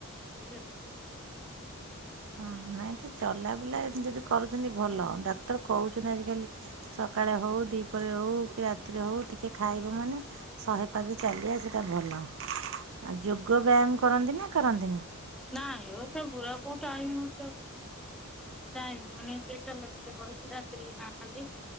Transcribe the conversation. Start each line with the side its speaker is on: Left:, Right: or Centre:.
Centre: <unintelligible>
Right: ହଁ ନାଇଁ ଟିକେ ଚଲାବୁଲା ଯଦି କରୁଛନ୍ତି ଭଲ ଆଉ। ଡାକ୍ତର କହୁଛନ୍ତି ଆଜିକାଲି ସକାଳେ ହଉ ଦିପରେ ହଉ କି ରାତିରେ ହଉ ଟିକେ ଖାଇବ ମାନେ ଶହେ ପାଦ ଚାଲିବା ସେଇଟା ଭଲ। ଆ ଯୋଗ ବ୍ୟାୟାମ କରନ୍ତି ନା କରନ୍ତିନି।
Centre: ନା ଇଓ ସେଗୁରା କୋଉଠୁ ଆଣିବି ମୁଁ। ହଁ <inaudible> ଟାଇମ ମାନେ <unintelligible> ରାତିରେ ନାହଲେ